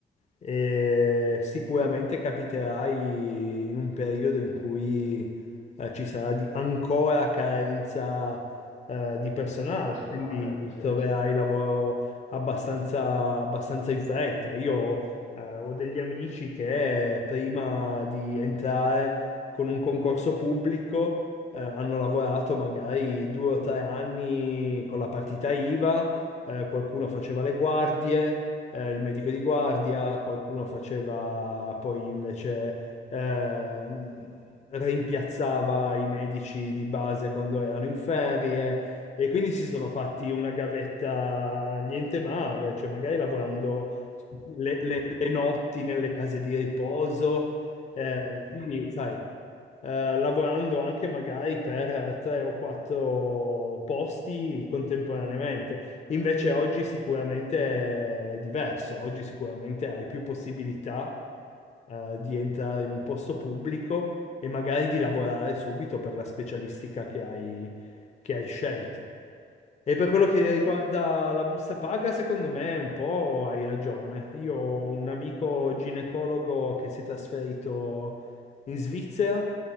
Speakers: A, on the left (about 35°); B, on the left (about 80°).
A: e sicuramente capiterai in un periodo in cui eh, ci sarà di- ancora carenza eh, di personale,
B: di personale.
A: quindi
B: Sì,
A: troverai
B: sì.
A: lavoro abbastanza, abbastanza in fretta. Io eh, ho degli amici che prima di entrare con un concorso pubblico eh, hanno lavorato magari due o tre anni con la partita IVA, eh, qualcuno faceva le guardie eh, il medico di guardia, qualcuno faceva poi invece ehm, rimpiazzava i medici di base quando erano in ferie e quindi si sono fatti una gavetta niente male, cioè magari lavorando le, le- le notti nelle case di riposo. eh, quindi, sai, eh, lavorando anche magari per tre o quattro posti contemporaneamente. Invece oggi sicuramente è diverso, oggi sicuramente hai più possibilità, eh, di entrare in un posto pubblico e magari di lavorare subito per la specialistica che hai, che hai scelto. E per quello che
B: Sì,
A: riguarda la busta paga, secondo me un po' hai ragione. Io ho un amico ginecologo che si è trasferito in Svizzera,